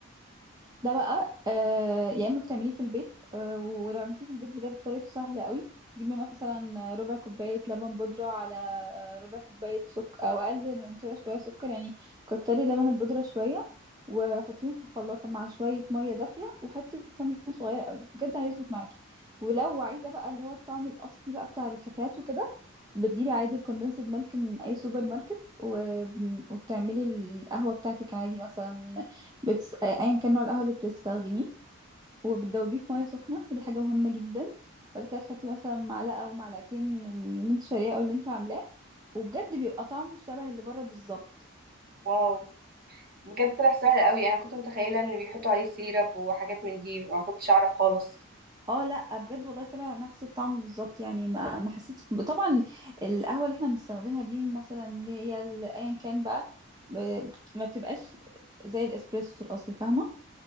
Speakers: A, on the right; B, on the right.
A: ده بقى آه يا اما بتعمليه في البيت آه ولو عملتيه في البيت بجد طريقته سهله قوي تجيبي مثلا ربع كوبايه لبن بودره على آه، ربع كوبايه سكر او اقل من كده شويه سكر يعني كتري لبن البودره شويه وحطيهم في الخلاطه مع شويه ميه دافيه وحته سمنه صغيره قوي بجد هيظبط معاكي ولو عايزه بقى اللي هو الطعم الاصلي بقى بتاع الكافيهات وكده بتجيبي عادي الكوندنسد ميلك من اي سوبر ماركت وب- وبتعملي القهوه بتاعتك عادي مثلا بتس... ايا كان نوع القهوه اللي بتستخدميه وبتدوبيه في ميه سخنه ودي حاجه مهمه جدا بعد كده تحطي مثلا معلقه او معلقتين من اللي انت شارياه او اللي انت عاملاه وبجد بيبقى طعمه شبه اللي بره بالظبط
B: واو بجد طلع سهل أوي أنا كنت متخيلة إن بيحطوا عليه سيرب وحاجات من دي ما كنتش أعرف خالص
A: اه لا بجد والله طلع نفس الطعم بالظبط يعني ما ما حسيتش طبعا القهوه اللي احنا بنستخدمها دي مثلا اللي هي ال- ايا كان بقى ب- ما بتبقاش زي الاسبريسو الاصلي فاهمه